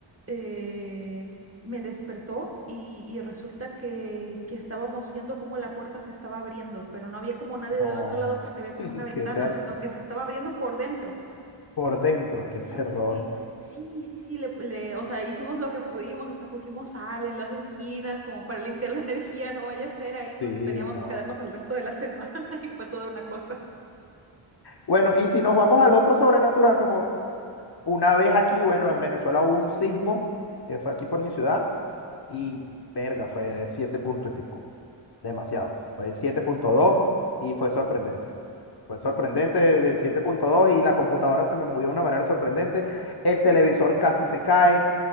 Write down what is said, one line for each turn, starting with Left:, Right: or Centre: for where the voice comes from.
Right: eh, me despertó y, y resulta que, que estábamos viendo cómo la puerta se estaba abriendo, pero no había como nadie
Left: No,
Right: del otro lado porque había como
Left: <laughs>
Right: una ventana,
Left: qué ter
Right: sino que se estaba abriendo por dentro.
Left: por dentro, qué
Right: Sí,
Left: terror.
Right: sí, sí, sí, sí, sí, le, le- o sea, hicimos lo que pudimos, hasta pusimos sal en las esquinas como para limpiar la energía, no vaya a ser ahí porque
Left: Sí,
Right: teníamos
Left: no.
Right: que quedarnos el resto de la semana <laughs> y fue toda una cosa.
Left: Bueno, y si nos vamos al otro sobrenatural, como una vez aquí, bueno, en Venezuela hubo un sismo que fue aquí por mi ciudad y verga, fue de 7 puntos y pico, demasiado, fue siete punto dos y fue sorprendente. Fue sorprendente de de siete punto dos y la computadora se me movió de una manera sorprendente, el televisor casi se cae,